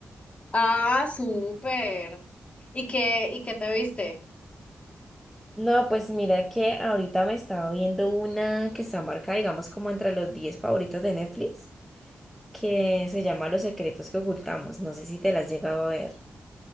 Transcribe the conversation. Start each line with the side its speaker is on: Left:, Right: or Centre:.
Left: Ah, súper. ¿Y qué, y qué te viste?
Centre: No, pues mira que ahorita me estaba viendo una que está marcada, digamos, como entre los 10 favoritos de Netflix. que se llama Los secretos que ocultamos. No sé si te las has llegado a ver.